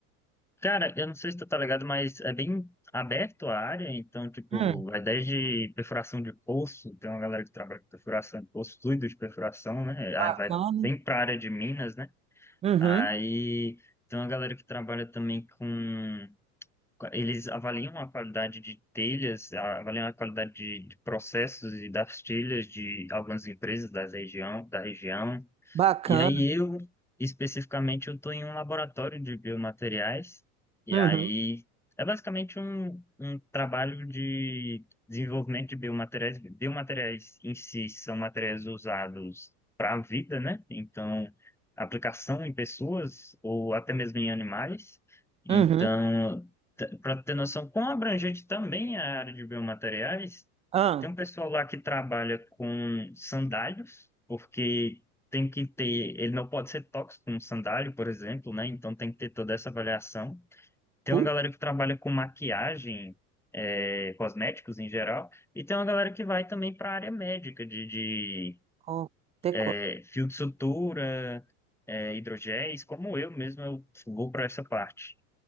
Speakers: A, in the centre; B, on the right.
A: Cara, eu não sei se tu tá ligado, mas é bem aberto a área, então, tipo,
B: Hum,
A: vai desde perfuração de poço, tem uma galera que trabalha com perfuração de poço, fluido de perfuração, né? Aí
B: bacana.
A: vai bem pra área de minas, né?
B: Uhum,
A: Aí tem uma galera que trabalha também com Eles avaliam a qualidade de telhas, a- avaliam a qualidade de, de processos e das telhas de algumas empresas da região, da região.
B: bacana.
A: E aí eu, especificamente, eu estou em um laboratório de biomateriais, e
B: Uhum.
A: aí é basicamente um, um trabalho de desenvolvimento de biomateriais. Biomateriais em si são materiais usados para a vida, né? Então, aplicação em pessoas ou até mesmo em animais. Então,
B: Uhum.
A: para ter noção quão abrangente também é a área de biomateriais,
B: Ah,
A: tem um pessoal lá que trabalha com sandálios, porque tem que ter, ele não pode ser tóxico como sandália, por exemplo, né? Então tem que ter toda essa avaliação. Tem
B: puta,
A: uma galera que trabalha com maquiagem, é, cosméticos em geral, e tem uma galera que vai também para a área médica, de, de
B: ó, pecó.
A: é, fio de sutura, é, hidrogéis, como eu mesmo, eu vou para essa parte.